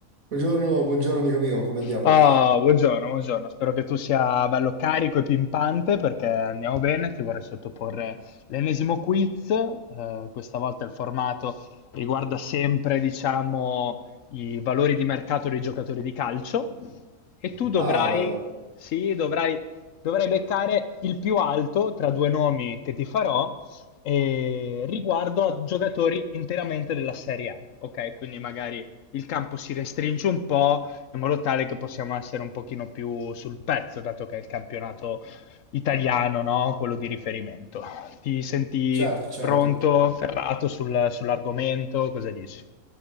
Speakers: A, on the right; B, on the left.
A: Buongiorno, buongiorno amico mio, come andiamo?
B: Ah, buongiorno, buongiorno. Spero che tu sia bello carico e pimpante perché andiamo bene. Ti vorrei sottoporre l'ennesimo quiz. Eh, questa volta il formato riguarda sempre, diciamo, i valori di mercato dei giocatori di calcio. E tu dovrai,
A: Ah, bello.
B: sì, dovrai, dovrai beccare il più alto tra due nomi che ti farò eh, riguardo a giocatori interamente della Serie A. Ok, quindi magari il campo si restringe un po' in modo tale che possiamo essere un pochino più sul pezzo, dato che è il campionato italiano, no? quello di riferimento. Ti senti
A: Certo, certo.
B: pronto, ferrato sul- sull'argomento? Cosa dici?